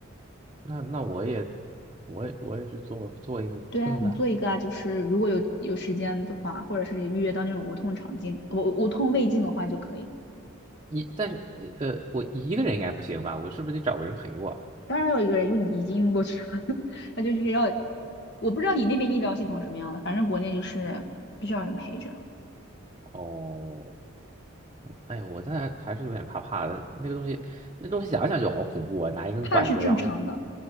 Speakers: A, on the right; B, on the left.
A: 那那我也我也我也去做做一个无痛的。
B: 对啊，你做一个啊，就是如果有有时间的话，或者是预约到那种无痛肠镜，无无痛胃镜的话就可以。
A: 一但是呃呃，我一个人应该不行吧？我是不是得找个人陪我？
B: 当然还有一个人，因为你已经晕过去了，<laughs> 他就是要，我不知道你那边医疗系统什么样的，反正国内就是必须要有人陪着，
A: 哦哎呦，我但还是有点怕怕的。那个东西，那东西想想就好恐怖啊！拿一根管子，
B: 怕是正常的。
A: 然后